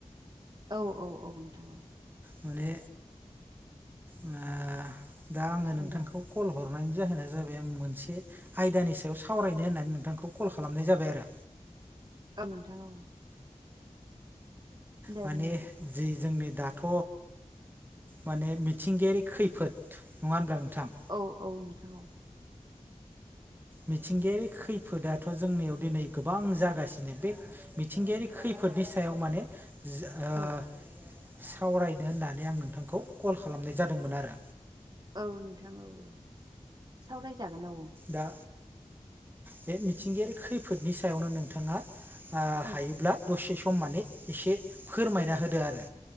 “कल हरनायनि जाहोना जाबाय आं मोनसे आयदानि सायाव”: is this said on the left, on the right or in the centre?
Right